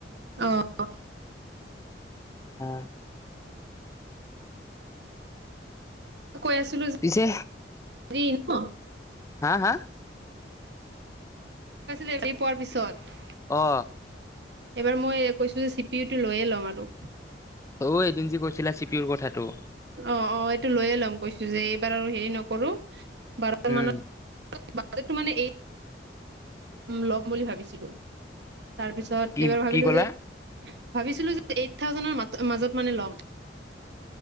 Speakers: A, on the right; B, on the left.
A: অ।
B: হয়।
A: কৈ আছিলো যে।
B: পিছে।
A: <unintelligible>
B: হা হা।
A: কৈছিলি ৰি পোৱাৰ পিছত।
B: অ।
A: এবাৰ মই কৈছো যে চি পি ইউটো লৈয়ে ল'ম আৰু।
B: অ' এদিন যে কৈছিলা চি পিউৰ কথাটো।
A: অ অ এইটো লৈয়ে ল'ম কৈছো যে এইবাৰ আৰু হেৰি নকৰো বাৰ
B: উম
A: মানত। <unintelligible> মানে ল'ম বুলি ভাবিছিলো তাৰপিছত। ত
B: কি
A: এইবাৰ ভাবিলো
B: কি ক'লা
A: যে ভাবিছিলো যে এইট থাউজেডৰ মাজত মানে ল'ম।